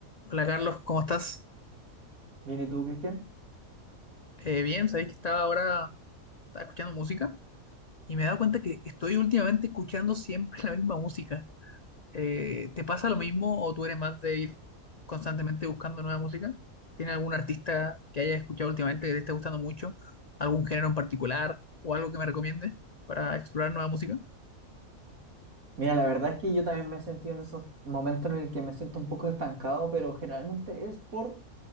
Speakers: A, on the left (about 65°); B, on the right (about 75°).
A: Hola Carlos, ¿cómo estás?
B: Bien, ¿y tú, Cristian?
A: Eh, bien, sabéis que estaba ahora estaba escuchando música y me he dado cuenta que estoy últimamente escuchando siempre <laughs> la misma música. Eh, ¿te pasa lo mismo o tú eres más de ir constantemente buscando nueva música? ¿Tienes algún artista que hayas escuchado últimamente que te esté gustando mucho? ¿Algún género en particular o algo que me recomiendes para explorar nueva música?
B: Mira, la verdad es que yo también me he sentido en esos momentos en el que me siento un poco estancado, pero generalmente es por,